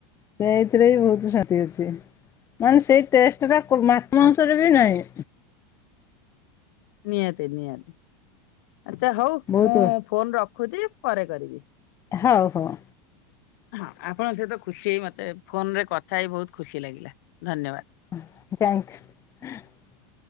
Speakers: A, on the left (about 25°); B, on the left (about 65°).
A: ସେଇଥିରେ ବି ବହୁତ ଶାନ୍ତି ଅଛି ମାନେ ସେଇ ଟେଷ୍ଟ ଟା ମାଛ ମାଂସରେ
B: ଆ-
A: ବି ନାହିଁ।
B: ନିହାତି ନିହାତି ଆଛା ହୋଉ
A: ବହୁତ
B: ମୁଁ ଫୋନ ରଖୁଛି ପରେ କରିବି।
A: ହଉ ହଉ
B: ହଁ ଆପଣ ସହିତ କ ଖୁସି ମତେ ଫୋନ ରେ କଥା ହେଇ ବହୁତ ଖୁସି ଲାଗିଲା। ଧନ୍ୟବାଦ।
A: ଥ୍ୟାଙ୍କ।